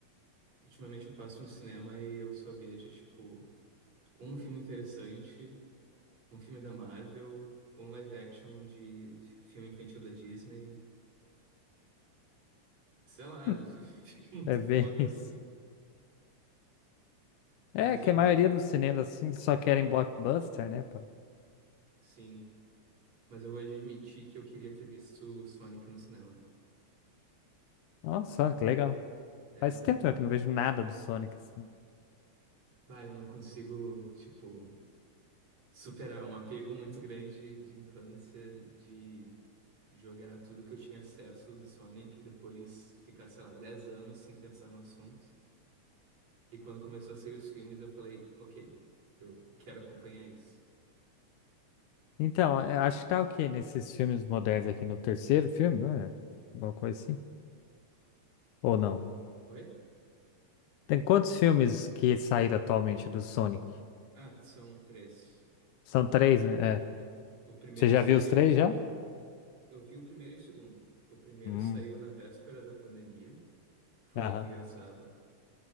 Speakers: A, on the right; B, on the left.
A: ultimamente eu passo no cinema e eu só vejo, tipo, um filme interessante, um filme da Marvel, um live action de fi- filme infantil da Disney. Sei lá,
B: <laughs>
A: <laughs> fica muito
B: É bem
A: foda-se.
B: isso. É
A: Mas
B: que
A: eu,
B: a maioria dos cinemas assim só querem blockbuster, né, pá?
A: sim, mas eu vou admitir que eu queria ter visto Sonic no cinema.
B: Nossa, olha que legal.
A: É
B: Faz
A: um,
B: tempo já que eu não vejo nada do Sonic assim.
A: bah, eu não consigo, tipo, superar um apego muito grande de infância, de jogar tudo que eu tinha acesso do Sonic, e depois ficar, sei lá, 10 anos sem pensar no assunto. E quando começou a sair os filmes, eu falei, ok, eu quero acompanhar isso.
B: Então, é, acho que tá o quê nesses filmes modernos aqui no terceiro filme, não é? Alguma coisa assim? Ou não?
A: Oi?
B: Tem quantos filmes que saíram atualmente do Sonic?
A: Ah, são três.
B: São três, né? É.
A: Uhum. O primeiro
B: Você já
A: saiu.
B: viu os três já?
A: Eu vi o primeiro e o segundo. O primeiro
B: Hum.
A: saiu na véspera da pandemia, que foi
B: Aham.
A: muito engraçado.